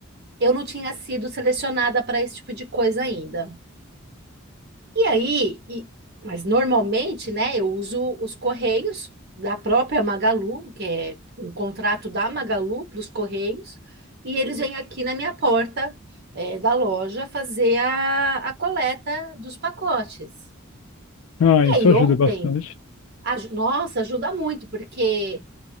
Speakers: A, on the right (about 50°); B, on the left (about 70°).
A: eu não tinha sido selecionada para esse tipo de coisa ainda. E aí, e- mas normalmente, né, eu uso os Correios da própria Magalu, que é um contrato da Magalu para os Correios, e eles vêm aqui na minha porta, eh, da loja fazer a, a coleta dos pacotes.
B: Ah,
A: E
B: isso
A: aí,
B: ajuda
A: ontem,
B: bastante.
A: aj- nossa, ajuda muito, porque